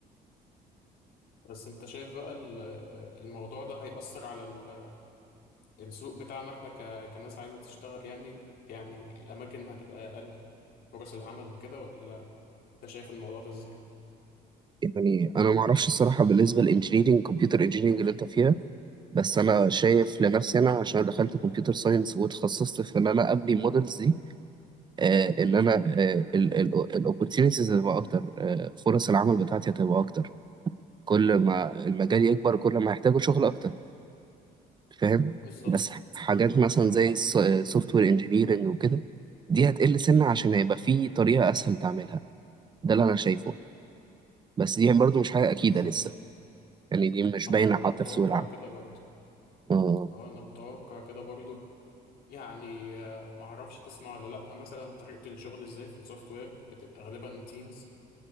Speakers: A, on the left; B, on the right.
A: بس أنت شايف بقى ال- الموضوع ده هيأثر على ال- السوق بتاعنا إحنا ك- كناس عايزة تشتغل يعني يعني الأماكن هتبقى أقل فرص العمل وكده ولا أنت شايف الموضوع ده إزاي؟
B: يعني انا ما اعرفش الصراحه بالنسبه للانجينيرنج كمبيوتر انجينيرنج اللي انت فيها بس انا شايف لنفسي انا عشان أنا دخلت كمبيوتر ساينس وتخصصت في ان انا ابني مودلز دي آه، ان انا الاوبورتيونيتيز هتبقى اكتر آه، فرص العمل بتاعتي هتبقى اكتر كل ما المجال يكبر كل ما هيحتاجوا شغل اكتر فاهم
A: بالظبط
B: بس ح- حاجات مثلا
A: أه
B: زي سوفت وير انجينيرنج وكده دي هتقل سنة عشان هيبقى في طريقة اسهل تعملها ده اللي انا شايفه بس دي برضو مش حاجة اكيدة
A: بالظبط
B: لسه يعني دي مش
A: أنا
B: باينة حتى
A: أنا متوقع
B: في سوق العمل
A: كده برضه
B: اه
A: أه أنا متوقع كده برضه يعني آه، ما اعرفش تسمع ولا لا مثلا طريقة الشغل ازاي في السوفت وير بتبقى غالبا تيمز